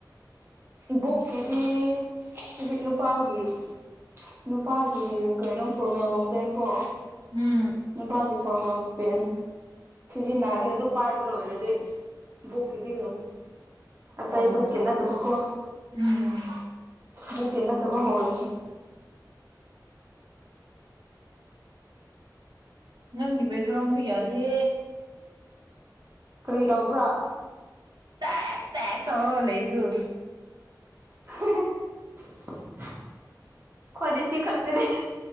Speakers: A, on the right; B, on the right.
A: ꯕꯨꯛꯀꯤꯗꯤ ꯍꯧꯖꯤꯛ ꯅꯨꯄꯥꯒꯤ ꯅꯨꯄꯥꯒꯤ ꯀꯩꯅꯣ ꯐꯣꯔꯃꯦꯜ ꯂꯣꯡꯄꯦꯟꯀꯣ
B: ꯎꯝ
A: ꯅꯨꯄꯥꯒꯤ ꯐꯣꯔꯃꯦꯜ ꯄꯦꯟ ꯁꯤꯖꯤꯟꯅꯔꯦ ꯑꯗꯨ ꯄꯥꯏꯕ ꯂꯣꯏꯔꯗꯤ ꯕꯣꯛꯀꯤꯗꯤ ꯂꯣꯏꯔꯦ ꯑꯇꯩ
B: ꯑꯣ
A: ꯕꯨꯛꯀꯤ ꯅꯠꯇꯕꯀꯣ
B: ꯎꯝ
A: ꯕꯨꯀꯦ ꯅꯠꯇꯕ ꯍꯧꯔꯅꯤ
B: ꯅꯪꯒꯤ ꯕꯒ꯭ꯔꯣꯝꯌꯗꯦ
A: ꯀꯔꯤ ꯇꯧꯕ꯭ꯔꯥ
B: ꯇꯥꯏ ꯇꯥꯏ ꯇꯧꯔꯣ ꯂꯩꯕꯗꯨ
A: ꯍ ꯈ꯭ꯣꯏꯗꯤ ꯁꯤ ꯈꯛꯇꯅꯦ